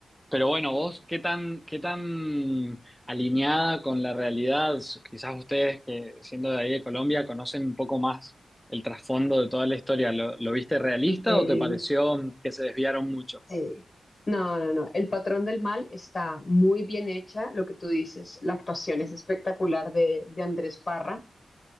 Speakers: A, in the centre; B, on the left (about 45°).
A: Pero bueno, vos, ¿qué tan, qué tan alineada con la realidad? Quizás ustedes que siendo de ahí de Colombia conocen un poco más el trasfondo de toda la historia. ¿Lo, lo viste realista
B: Eh,
A: o te pareció que se desviaron mucho?
B: sí. No, no, no. El patrón del mal está muy bien hecha, lo que tú dices. La actuación es espectacular de, de Andrés Parra.